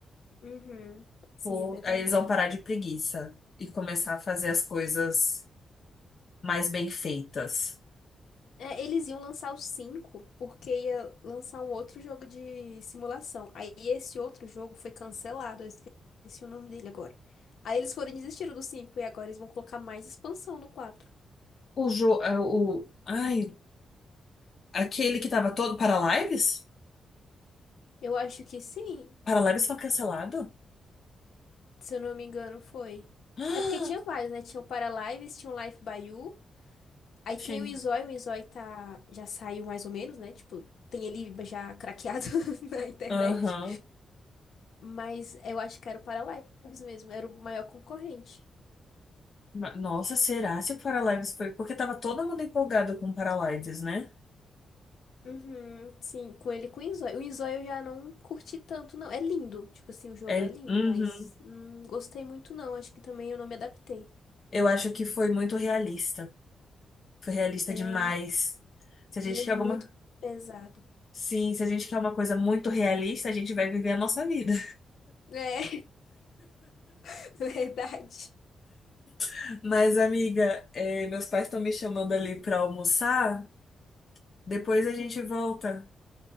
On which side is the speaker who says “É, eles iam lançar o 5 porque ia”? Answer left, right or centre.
Left